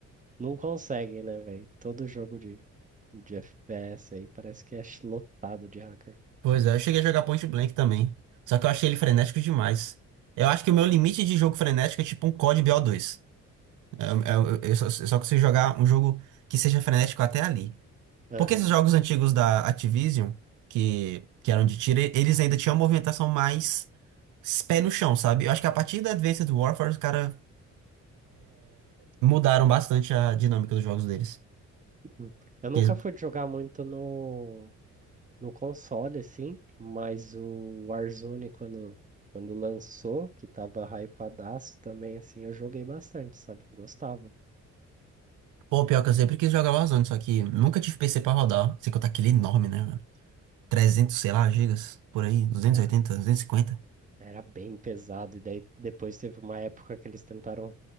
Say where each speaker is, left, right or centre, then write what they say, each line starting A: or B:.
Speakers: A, on the right (about 25°); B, on the right (about 80°).
A: Não conseguem, né, velho? Todo jogo de, de FPS aí parece que é ch- lotado de hacker.
B: Pois é, eu cheguei a jogar Point Blank também. Só que eu achei ele frenético demais. Eu acho que o meu limite de jogo frenético é tipo um COD bo dois É, é- é só, é só que você jogar um jogo que seja frenético até ali.
A: Aham.
B: Porque esses jogos antigos da Activision, que, que eram de tiro, e- eles ainda tinham uma movimentação mais pé no chão, sabe? Eu acho que a partir da Advanced Warfare, os caras mudaram bastante a dinâmica dos jogos deles.
A: Hum. Eu nunca
B: Porque eles-
A: fui jogar muito no, no console, assim, mas o Warzone, quando, quando lançou, que tava hypadaço também, assim, eu joguei bastante, sabe? Gostava.
B: pô, pior que eu sempre quis jogar Warzone, só que nunca tive PC pra rodar. Sei que eu tá aquele enorme, né, mano? 300, sei lá, gigas, por aí, duzentos
A: Era,
B: duzentos e oitenta duzentos e cinquenta
A: era bem pesado, e daí depois teve uma época que eles tentaram